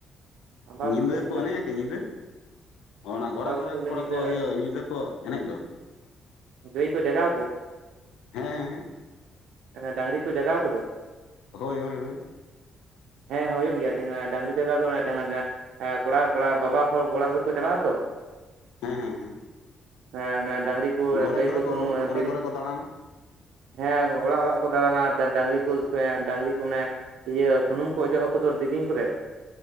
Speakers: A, on the right (about 80°); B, on the left (about 90°).
A: ᱟᱢᱵᱟᱵᱟᱹᱥᱭᱟᱹ
B: ᱧᱤᱫᱟᱹ
A: ᱦᱤᱞᱳᱜ
B: ᱠᱚ ᱮᱱᱮᱡᱼᱟ ᱠᱤ ᱧᱤᱫᱟᱹ ᱚᱱᱟ ᱜᱷᱚᱨᱮ
A: ᱟᱢᱵᱟᱵᱟᱹᱥᱭᱟᱹ
B: ᱜᱷᱚᱨᱮ
A: ᱦᱤᱞᱳᱜ
B: ᱠᱚᱨᱮ
A: ᱧᱤᱫᱟᱹ
B: ᱠᱚ ᱤᱭᱟᱹ ᱧᱤᱫᱟᱹ ᱠᱚ ᱮᱱᱮᱡ ᱫᱚ
A: ᱜᱟᱹᱭ ᱠᱚ ᱡᱟᱜᱟᱣ ᱠᱚ
B: ᱦᱮᱸ ᱦᱮᱸ ᱦᱮᱸ
A: ᱰᱟᱝᱨᱤ ᱠᱚ ᱡᱟᱜᱟᱣ ᱠᱚᱫᱚ
B: ᱦᱳᱭ ᱦᱳᱭ ᱦᱳᱭ
A: ᱦᱮᱸ ᱦᱩᱭᱩᱜ ᱜᱮᱭᱟ ᱰᱟᱝᱨᱤ ᱡᱟᱜᱟᱶ ᱫᱚ <unintelligible> ᱦᱮᱸ ᱠᱚᱲᱟ ᱠᱚᱲᱟ ᱵᱟᱵᱟ ᱦᱚᱲ ᱠᱚᱲᱟ ᱜᱤᱫᱽᱨᱟᱹ ᱠᱚ ᱪᱟᱞᱟᱜ ᱟᱛᱚ
B: ᱦᱮᱸ ᱦᱮᱸ ᱦᱮᱸ
A: ᱦᱮᱸ ᱚᱱᱮ ᱰᱟᱝᱨᱤ ᱠᱚ
B: ᱜᱷᱚᱨᱮ
A: ᱜᱟᱹᱭ
B: ᱜᱷᱚᱨᱮ
A: ᱠᱚ ᱥᱩᱱᱩᱢ
B: ᱜᱷᱚᱨᱮ
A: ᱫᱤᱨᱤ
B: ᱜᱷᱚᱨᱮ ᱠᱚ ᱫᱟᱬᱟᱱᱟ
A: ᱦᱮᱸ ᱚᱲᱟᱜ ᱚᱲᱟᱜ ᱠᱚ ᱫᱟᱬᱟᱱᱟ ᱰᱟᱝᱨᱤ ᱠᱚ ᱥᱮ ᱰᱟᱝᱨᱤ ᱠᱚ ᱢᱟᱱᱮ ᱤᱭᱟᱹ ᱥᱩᱱᱩᱢ ᱠᱚ ᱚᱡᱚᱜ ᱟᱠᱚᱫᱚ ᱫᱮᱨᱤᱧ ᱠᱚᱨᱮ